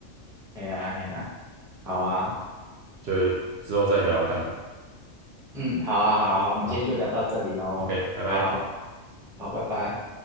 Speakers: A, in the centre; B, on the right (about 60°).
A: 哎呀哎呀，好啊，
B: 就之后再聊聊看了，
A: 嗯，好啊好啊，我们今天就聊到这里喽。
B: 好，OK，拜拜。
A: 好，好，拜拜。